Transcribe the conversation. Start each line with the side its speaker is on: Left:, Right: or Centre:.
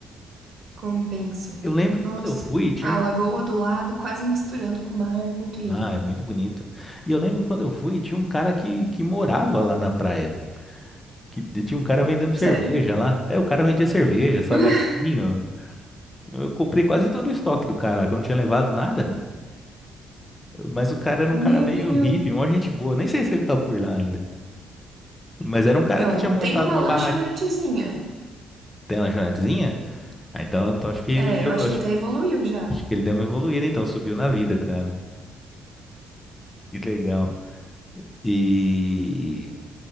Right: Compensa.
Left: Eu lembro
Right: Nossa.
Left: que quando eu fui, tinha
Right: A
Left: um.
Right: lagoa do lado, quase misturando com o mar. Muito lindo.
Left: Ah, é muito bonito. E eu lembro que quando eu fui, tinha um cara que, que morava lá na praia. Que e tinha um cara vendendo cerveja
Right: Sério?
Left: lá. É, o cara vendia cerveja, salgadinho.
Right: <laughs>
Left: Eu comprei quase todo o estoque do cara, que eu não tinha levado nada. Mas o cara era
Right: Meu
Left: um cara meio
Right: Deus.
Left: hippie, uma gente boa. Nem sei se ele tá por lá ainda. Mas
Right: Então,
Left: era um cara que tinha montado
Right: tem uma
Left: uma
Right: lanchonetezinha.
Left: barraca, tem uma lanchonetezinha. Ah, então, então acho que ele
Right: É,
Left: deu,
Right: eu acho
Left: acho,
Right: que até evoluiu já.
Left: acho que ele deu uma evoluída, então subiu na vida, cara. Que legal. E,